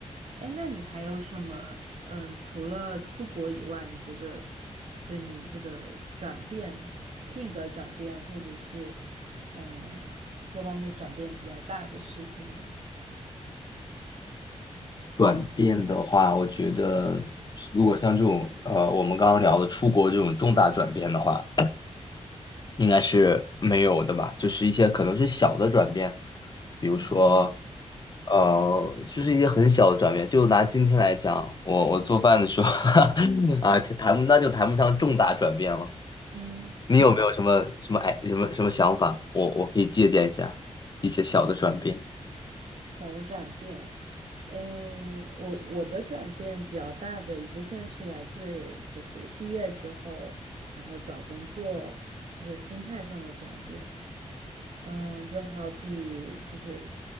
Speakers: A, on the right; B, on the left.
A: 哎，那你还有什么？嗯，除了出国以外，你觉得对你这个转变、性格转变，或者是嗯各方面转变比较大的事情呢？
B: 转变的话，我觉得如果像这种呃，我们刚刚聊的出国这种重大转变的话，应该是没有的吧？就是一些可能是小的转变，比如说，
A: 嗯
B: 呃，就是一些很小的转变。就拿今天来讲，我我做饭的时候 <laughs> 啊，谈那就谈不上重大转变了。
A: 嗯，
B: 你有没有什么什么哎什么什么想法？我我可以借鉴一下一些小的转变。
A: 小的转变，诶，我我的转变比较大的一部分是来自就是毕业之后，然后找工作之后心态上的转变。嗯，就好比就是